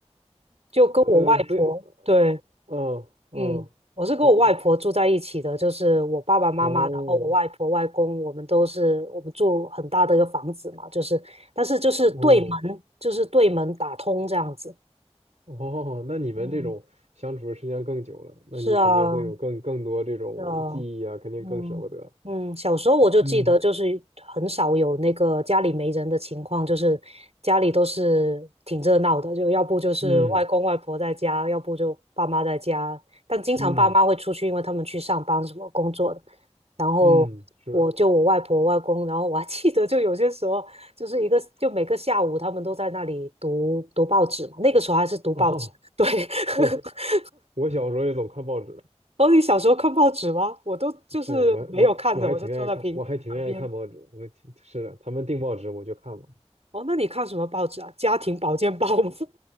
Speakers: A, on the right (about 65°); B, on the right (about 85°).
A: 就跟我外婆，
B: 呃，对，
A: 对，
B: 嗯嗯，
A: 嗯，我是跟我外婆住在一起的，
B: 呃
A: 就是我爸爸妈妈，
B: 哦
A: 然后我外婆外公，我们都是我们住很大的一个房子嘛，就是，但是就是对门，
B: 哦，
A: 就是对门打通这样子。
B: <laughs> 哦，那你们这种相处的时间更久了，
A: 嗯，
B: 那你肯定会有更更多这种记忆啊，
A: 是啊，是啊，
B: 肯定更舍不得。
A: 嗯嗯，小时候我就记得，
B: 嗯
A: 就是很少有那个家里没人的情况，就是家里都是挺热闹的，就要不就是外公外婆在家，
B: 嗯
A: 要不就爸妈在家，但经常爸妈会出去，
B: 嗯
A: 因为他们去上班什么工作的。然后我就我外婆外公，
B: 嗯，是的。
A: 然后我还记得，就有些时候就是一个就每个下午他们都在那里读读报纸嘛，那个时候还是读报纸，
B: 哦，
A: 对，
B: 对，
A: <laughs>
B: 我小时候也总看报纸的，
A: 哦，你小时候看报纸吗？我都就是没有看的，
B: 是的，我还我还我还挺愿意看，
A: 我就坐在屏旁边。
B: 我还挺愿意看报纸。我挺是的，他们订报纸我就看嘛。
A: 哦，那你看什么报纸啊？家庭保健报吗？<laughs>